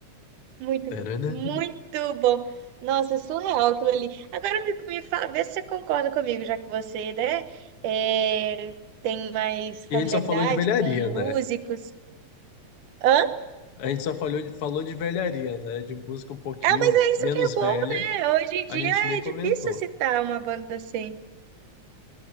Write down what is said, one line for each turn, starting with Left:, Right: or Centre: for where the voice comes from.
Right: muito,
Left: Tarana.
Right: boni- muito bom. Nossa, surreal aquilo ali. Agora me, me fa- vê se você concorda comigo, já que você, né, é, tem mais familiaridade
Left: E a gente só falou de velharia,
Right: com
Left: né?
Right: músicos. Hã?
Left: A gente só falou, de- falou de velharia, né? De música um pouquinho
Right: Ah, mas é isso
Left: menos
Right: que é bom,
Left: velha,
Right: né? Hoje em dia
Left: a gente nem
Right: é
Left: comentou.
Right: difícil citar uma banda assim.